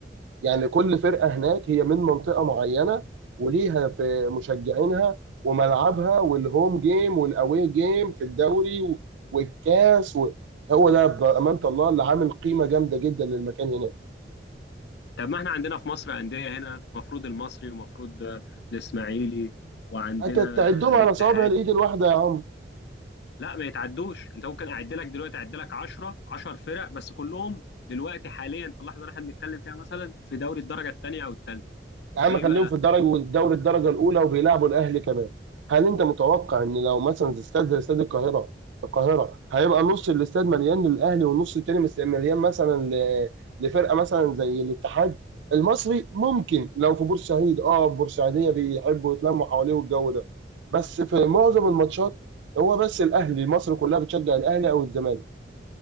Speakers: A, on the right; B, on the left.
A: يعني كل فرقه هناك هي من منطقه معينه وليها في مشجعينها وملعبها والهوم جيم والاوي جيم في الدوري و- والكاس و... هو ده بامانه الله اللي عامل قيمه جامده جدا للمكان هناك
B: طب ما احنا عندنا في مصر انديه هنا مفروض المصري ومفروض آه، الاسماعيلي وعندنا
A: انت تعدهم
B: الاتحاد
A: على صوابع الايد الواحده يا عم
B: لا ما يتعدوش انت ممكن اعد لك دلوقتي اعد لك 10 10 فرق بس كلهم دلوقتي حاليا في اللحظه اللي احنا بنتكلم فيها مثلا في دوري الدرجه الثانيه او الثالثه
A: يا عم
B: ليه
A: خليهم
B: بقى
A: في الدرجه والدوري الدرجه الاولى وبيلعبوا الاهلي كمان هل انت متوقع ان لو مثلا زي استاد زي استاد القاهره القاهره هيبقى نص الاستاد مليان للاهلي والنص التاني مس- مليان مثلا ل- لفرقه مثلا زي الاتحاد المصري ممكن لو في بورسعيد اه البورسعيديه بيحبوا يتلموا حواليه والجو ده بس في معظم الماتشات هو بس الاهلي مصر كلها بتشجع الاهلي او الزمالك